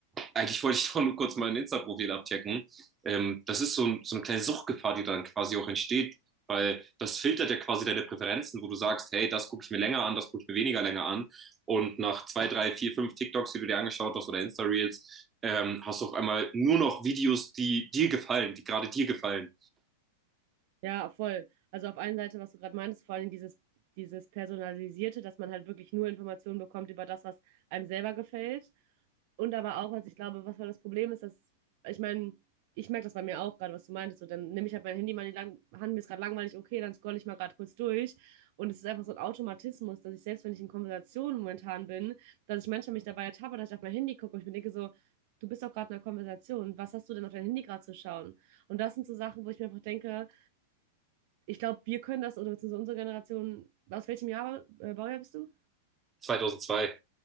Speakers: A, on the right (about 20°); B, on the right (about 55°).
A: eigentlich wollte ich <laughs> doch nur kurz mein Insta-Profil abchecken. Ähm, das ist so, ein, so eine kleine Suchtgefahr, die dann quasi auch entsteht, weil das filtert ja quasi deine Präferenzen, wo du sagst, hey, das gucke ich mir länger an, das gucke ich mir weniger länger an. Und nach zwei, drei, vier, fünf TikToks, die du dir angeschaut hast oder Insta-Reels, ähm, hast du auf einmal nur noch Videos, die dir gefallen, die gerade dir gefallen.
B: Ja, voll. Also auf einer Seite, was du gerade meintest, vor allem dieses, dieses Personalisierte, dass man halt wirklich nur Informationen bekommt über das, was einem selber gefällt. Und aber auch, was ich glaube, was voll das Problem ist, dass, ich meine, ich merke das bei mir auch gerade, was du meintest. So, dann nehme ich halt mein Handy mal in die lang Hand, mir ist gerade langweilig, okay, dann scrolle ich mal gerade kurz durch. Und es ist einfach so ein Automatismus, dass ich selbst, wenn ich in Konversationen momentan bin, dass ich manchmal mich dabei ertappe, dass ich auf mein Handy gucke und ich mir denke so, du bist doch gerade in einer Konversation, was hast du denn auf dein Handy gerade zu schauen? Und das sind so Sachen, wo ich mir einfach denke, ich glaube, wir können das, oder beziehungsweise unsere Generation, aus welchem Jahr, äh, Baujahr bist du?
A: 2002.